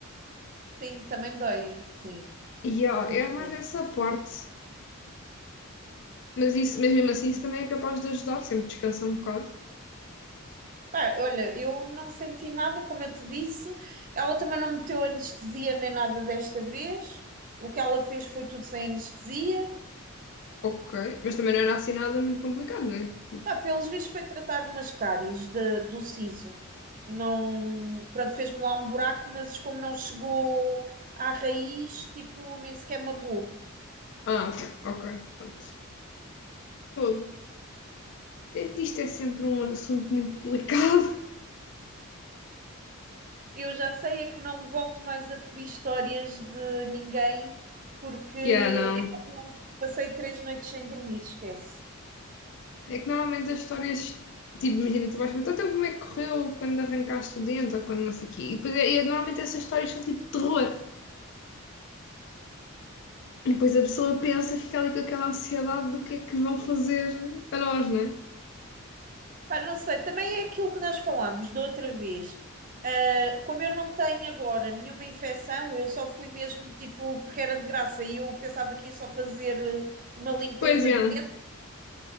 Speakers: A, on the right; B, on the left.
A: Sim, também doem, sim,
B: E ó,
A: corresponde.
B: é mais essa parte. Mas, isso, mas mesmo assim, isso também é capaz de ajudar, sempre descansa um bocado.
A: Pá, olha, eu não senti nada, como eu te disse. Ela também não meteu anestesia nem nada desta vez. O que ela fez foi tudo sem anestesia.
B: Ok. Mas também não era assim nada muito complicado, não é? Tipo,
A: Pá, pelos vistos foi tratar umas cáries de- do siso. Não, pronto, fez-me lá um buraco, mas como não chegou à raiz, tipo, nem sequer magoou.
B: ah, ok, ok, pronto. Fogo. É, Isto é sempre um assunto muito delicado. <laughs>
A: Eu já sei é que não volto mais a pedir histórias de ninguém, porque eu
B: Yeah, não.
A: passei três noites sem dormir, esquece.
B: É que normalmente as histórias, tipo, imagina, tu vais perguntar então como é que correu quando arrancaste o dente ou quando não sei o quê. E depois é, é- normalmente essas histórias são tipo de terror. E depois a pessoa pensa, fica ali com aquela ansiedade do que é que vão fazer a nós, não é?
A: Pá, não sei, também é aquilo que nós falámos da outra vez. Ah, como eu não tenho agora nenhuma infecção, eu só fui mesmo tipo, porque era de graça e eu pensava que ia só fazer eh, uma limpeza
B: Pois é.
A: de dentro